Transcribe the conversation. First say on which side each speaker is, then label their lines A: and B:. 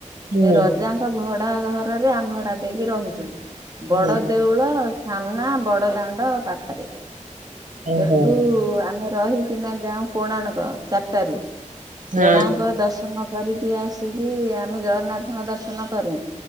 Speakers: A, on the right; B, on the right.
A: ହୁଁ
B: ସେ ରଜାଙ୍କ ଭଡା ଘରରେ ଆମ୍ଭଡା ଦେଇକି ରହୁଛୁ।
A: ହୁଁ
B: ବଡ ଦେଉଳ ସାମ୍ନା ବଡ ଦାଣ୍ଡ ପାଖରେ
A: ଓହୋ
B: ସେଠୁ ଆ ଆମେ ରହିକିନା ଯାଉ କୋଣାର୍କ ଚାରିଟାରୁ।
A: ହଁ
B: କୋଣାର୍କ ଦର୍ଶନ କରିକି ଆସିକି ଆମେ ଜଗନ୍ନାଥଙ୍କ ଦର୍ଶନ କରୁ।